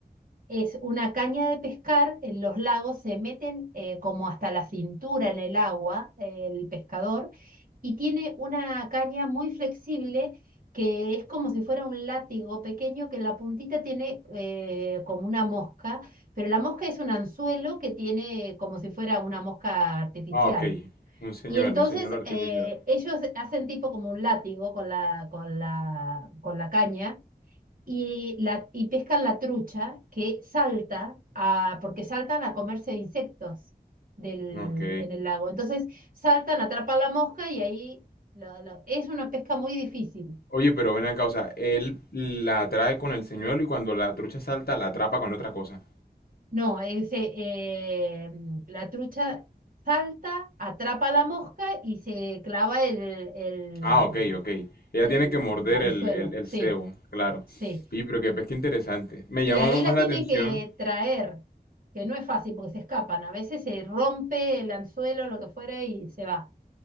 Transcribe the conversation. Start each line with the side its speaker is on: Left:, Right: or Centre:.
Right: Es una caña de pescar, en los lagos se meten eh, como hasta la cintura en el agua, eh, el pescador, y tiene una caña muy flexible que es como si fuera un látigo pequeño que en la puntita tiene eh, como una mosca, pero la mosca es un anzuelo que tiene como si fuera una mosca artificial.
Left: Ah, ok. Un señuelo,
Right: Y entonces
Left: un señuelo artificial.
Right: eh, ellos hacen tipo como un látigo con la, con la, con la caña y, la, y pescan la trucha que salta a, porque saltan a comerse insectos del,
Left: Ok.
Right: en el lago. Entonces saltan, atrapan la mosca y ahí la- la- es una pesca muy difícil.
Left: Oye, pero ven acá, o sea, él la atrae con el señuelo y cuando la trucha salta la atrapa con otra cosa.
Right: No, ese, eh, la trucha salta, atrapa la mosca y se clava el, el,
Left: Ah, ok, ok. Ella
Right: el
Left: tiene que morder
Right: anzuelo.
Left: el, el, el
Right: Sí,
Left: cebo, claro.
Right: sí.
Left: Y pero qué pesca interesante. Me
Right: Y
Left: llama
Right: ahí la
Left: más la
Right: tienen
Left: atención,
Right: que traer, que no es fácil porque se escapan. A veces se rompe el anzuelo, lo que fuera, y se va.